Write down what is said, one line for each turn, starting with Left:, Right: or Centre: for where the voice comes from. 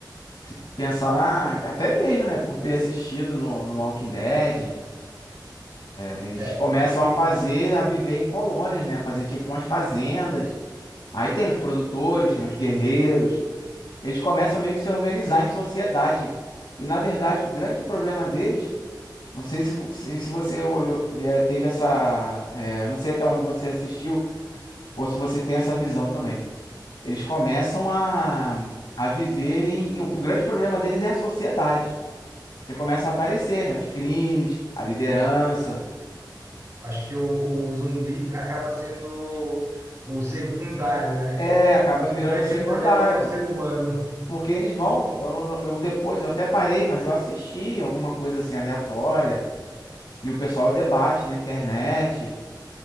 Left: se- pensar na, até mesmo, né? Por ter assistido no, no Walking Dead. Eles
Right: É
Left: começam
Right: Porque e-
Left: a fazer, a viver em colônias, né? A fazer tipo umas fazendas. Aí tem os produtores, tem os guerreiros. Eles começam meio que se organizar em sociedade. E na verdade, o grande problema deles, não sei se você, se se você olhou, eh, teve essa, eh, não sei até onde você assistiu ou se você tem essa visão também. Eles começam a a viver em, o grande problema deles é a sociedade, que começa a aparecer, né? Os crimes, a liderança.
Right: acho que o, o zumbi acaba sendo o secundário, né?
Left: É, acaba virando
Right: O grande
Left: secundário.
Right: problema é o ser humano.
Left: Porque eles vão, eu, eu- depois eu até parei, mas eu assisti alguma coisa assim aleatória e o pessoal debate na internet